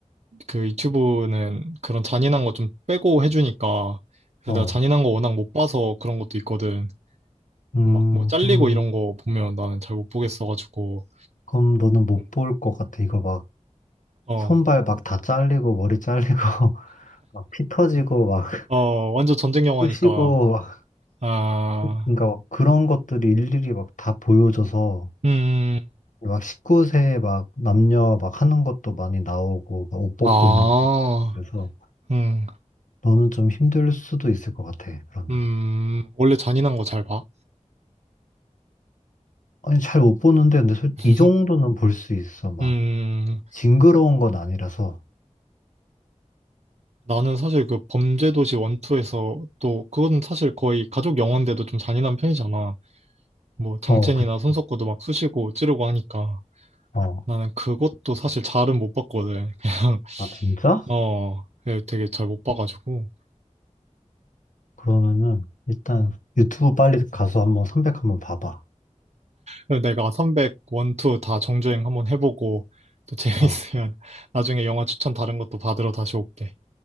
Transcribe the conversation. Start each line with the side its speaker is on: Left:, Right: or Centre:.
Right: 그 유튜브는 그런 잔인한 거 좀 빼고 해주니까 그래서
Left: 어.
Right: 내가 잔인한 거 워낙 못 봐서 그런 것도 있거든.
Left: 음,
Right: 막 뭐 잘리고
Left: 그럼,
Right: 이런 거 보면 나는 잘 못 보겠어가지고
Left: 그럼 너는 못
Right: 음,
Left: 볼 것 같아. 이거 막
Right: 어,
Left: 손발 막 다 잘리고 머리 잘리고 <laughs> 막 피 터지고 막 <laughs>
Right: 어, 완전 전쟁 영화니까
Left: 쑤시고 막
Right: 아,
Left: 그러니까 막 그런 것들이 일일이 막 다 보여줘서
Right: 음, 음.
Left: 막 19세 막 남녀 막 하는 것도 많이 나오고 막 옷 벗고
Right: 아,
Left: 있는 것도 그래서
Right: 음,
Left: 너는 좀 힘들 수도 있을 것 같아. 그러면
Right: 음, 원래 잔인한 거 잘 봐?
Left: 아니 잘 못 보는데 근데 솔-
Right: <laughs>
Left: 이 정도는 볼 수 있어. 막
Right: 음,
Left: 징그러운 건 아니라서
Right: 나는 사실 그 범죄도시 원투에서 또 그건 사실 거의 가족 영화인데도 좀 잔인한 편이잖아. 뭐 장첸이나
Left: 어 그치.
Right: 손석구도 막 쑤시고 찌르고 하니까
Left: 어.
Right: 나는 그것도 사실 잘은 못 봤거든. <laughs> 그냥
Left: 아, 진짜?
Right: 어 예, 되게 잘 못 봐가지고.
Left: 그러면은, 일단,
Right: 음,
Left: 유튜브 빨리 가서 한번 선백 한번 봐봐.
Right: 그래서 내가 선백 원투 다 정주행 한번 해보고 또 재밌으면
Left: 어,
Right: <laughs> 나중에 영화 추천 다른 것도 받으러 다시 올게.